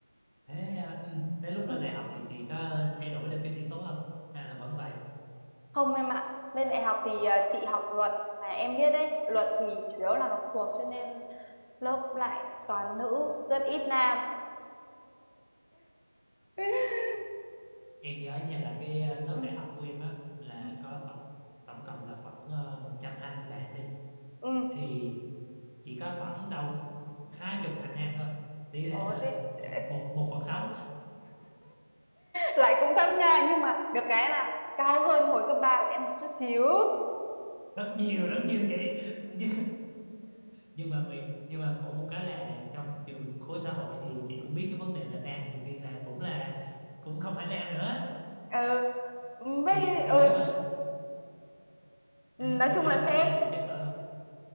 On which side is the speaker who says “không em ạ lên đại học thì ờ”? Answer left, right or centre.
Left